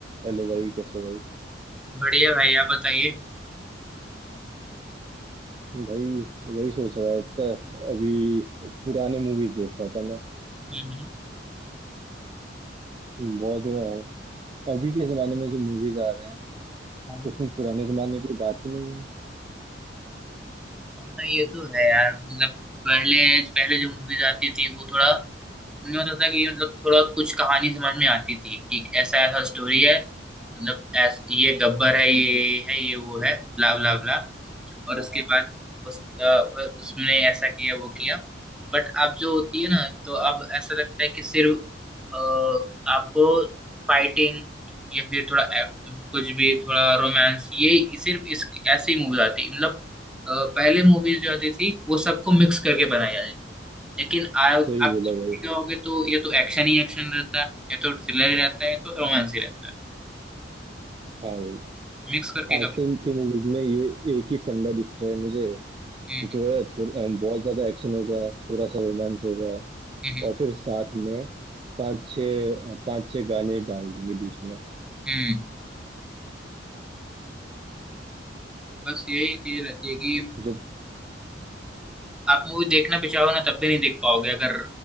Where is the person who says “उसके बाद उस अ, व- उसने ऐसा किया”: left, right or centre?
Centre